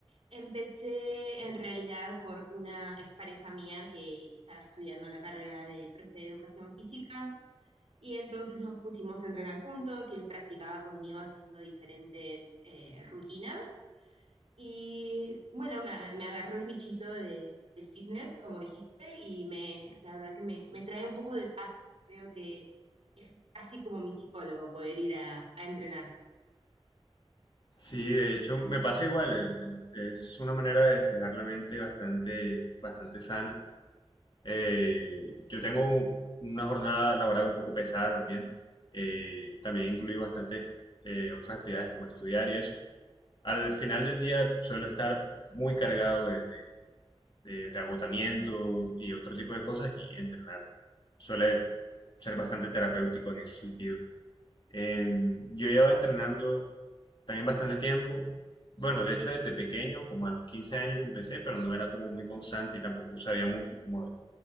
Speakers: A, on the right; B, on the left.
A: Empecé en realidad por una expareja mía que estaba estudiando la carrera de profe de educación física y entonces nos pusimos a entrenar juntos y él practicaba conmigo haciendo diferentes eh, rutinas. Y bueno, me, me agarró el bichito de- del fitness, como dijiste, y me, la verdad que me, me trae un poco de paz. Creo que es casi como mi psicólogo poder ir a, a entrenar.
B: Sí, de hecho me pasa igual, el- el- es una manera de despejar la mente bastante, bastante sana. Eh, yo tengo una jornada laboral un poco pesada también, eh, también incluye bastantes eh, otras actividades como estudiar y eso, al final del día suelo estar muy cargado de, de- de- de agotamiento y otro tipo de cosas y entrenar suele ser bastante terapéutico en ese sentido. Em, yo llevaba entrenando también bastante tiempo. Bueno, de hecho desde pequeño, como a los 15 años empecé, pero no era como muy constante y tampoco sabía mucho como de,